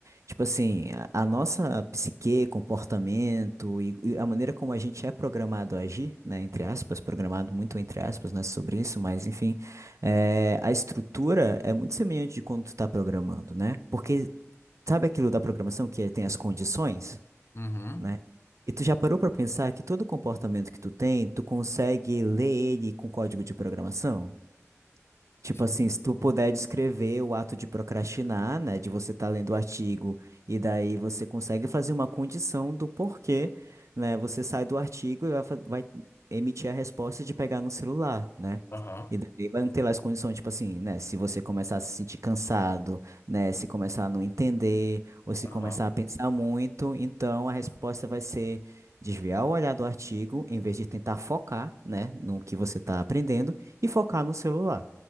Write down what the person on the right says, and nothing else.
Tipo assim, a, a nossa psique, comportamento e, e a maneira como a gente é programado a agir, né, entre aspas, programado muito entre aspas, né, sobre isso, mas enfim, é, a estrutura é muito semelhante de quando tu tá programando, né? Porque sabe aquilo da programação que é- tem as condições,
né? E tu já parou pra pensar que todo comportamento que tu tem, tu consegue ler ele com código de programação? Tipo
assim, se tu puder
descrever o ato de procrastinar, né, de você estar lendo o artigo e daí você consegue fazer uma condição do porquê, né, você sai do artigo e vai, fa- vai emitir a resposta de pegar no celular, né?
E daí vai não ter lá as condições, tipo assim, né, se você começar a se sentir cansado, né, se começar a não entender ou se
começar a pensar muito, então a resposta vai ser desviar o olhar do artigo em vez de tentar focar, né, no que você está aprendendo e focar no celular.